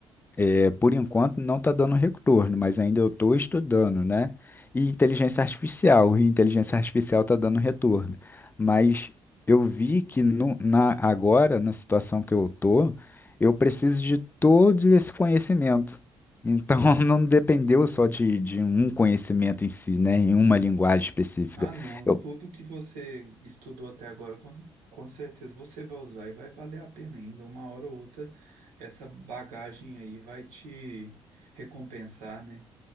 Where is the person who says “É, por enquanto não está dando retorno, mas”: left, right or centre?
Left